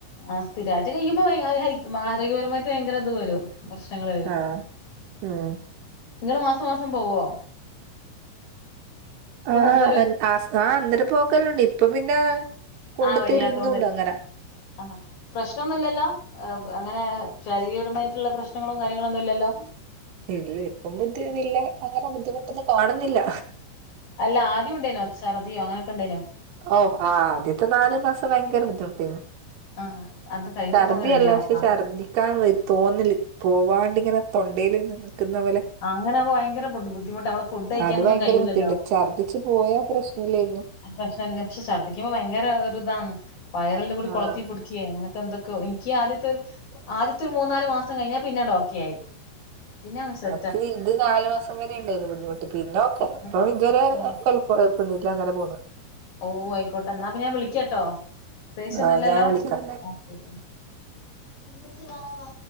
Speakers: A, on the left; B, on the right.
A: ആഹ് സ്ഥിരായിട്ട് കഴിയുമ്പോൾ <unintelligible> ആരോഗ്യപരമായിട്ട് ഭയങ്കര ഇത് വരും പ്രശ്നങ്ങ വരും
B: ആഹ് ഉം
A: നിങ്ങള് മാസം മാസം പോവോ ഇപ്പൊ
B: ആഹ്
A: മൂപ്പര്
B: ആ അന്നേരം പോക്കല്ലണ്ട് ഇപ്പൊ പിന്നെ കൊണ്ട്
A: ആഹ് വയ്യാത്തോണ്ട്
B: തരുന്നുണ്ട് അങ്ങനെ
A: ആഹ് പ്രശ്നന്നുഇല്ലോലോ അങ്ങനെ ശാരീരികപരമായിട്ടുള്ള പ്രശ്നങ്ങളും കാര്യങ്ങളൊന്നും ഇല്ലല്ലോ
B: ഇല്ല ഇപ്പം ബുദ്ധിന്ന ഇല്ല അങ്ങനെ ബുദ്ധിമുട്ടൊന്നും കാണുന്നില്ല
A: അല്ല ആദ്യം ഉണ്ടേനോ ഛർദിയോ അങ്ങനൊക്കെ ഉണ്ടേനോ
B: ഓഹ് ആ ആദ്യത്തെ നാല് മാസം ഭയങ്കര ബുദ്ധിമുട്ടിരുന്നു
A: ആഹ് അത് കഴിഞ്ഞപ്പോ
B: ഛർദിയല്ല
A: അങ്ങ് റെഡിയാവും
B: പക്ഷെ
A: ആഹ്
B: ഛർദിക്കാൻ വ തോന്നില്ല പോവാണ്ട് ഇങ്ങനെ തൊണ്ടൽ നിക്കുന്ന പോലെ
A: അങ്ങനാവുമ്പോ ഭയങ്കര ബുദ്ധിമുട്ടാ നമ്മള് ഫുഡ് കഴിക്കാനൊന്നും
B: അത് ഭയങ്കര
A: കഴിയൂലല്ലോ
B: ബുദ്ധിണ്ട് ഛർദിച്ചു പോയ പ്രശ്ന ഇല്ലായിരുന്നു
A: പ്രശ്ന്ന പക്ഷെ ഛദ്ദിക്കുമ്പോ ഭയങ്കര ഒരു ഇതാണ് വയറല്ലാം കൂടി
B: ആഹ്
A: കുളത്തി പിടിക്കുക അങ്ങനെ എന്തൊക്കെയ എനിക്ക് ആദ്യത്തെ ആദ്യത്തെ ഒരു മൂന്നാല് മാസം കഴിഞ്ഞാൽ പിന്നൊണ്ട് ഒക്കെ ആയി. പിന്നെ അങ്ങ് സെ
B: ഇത് ഇത് നാല് മാസം വരെ ണ്ടായിരുന്നു ബുദ്ധിമുട്ട് പിന്നൊക്കെ ഇപ്പം
A: ഉം,
B: ഇതുവരെ
A: ഉം.
B: കൊഴ കെഴപ്പൊന്നൂല്ല്യ അങ്ങനെ പോണ്
A: ഓ ആയിക്കോട്ടെ എന്നാ പ്പിന്നെ ഞാൻ വിളിക്കാട്ടോ പ്രത്യേകിച്ച് ഒന്നുല്ലല്ലോ
B: ആഹ് ഞാൻ വിളിക്കാം
A: ഓകെ ഇമ്മച്ചി വാ വാ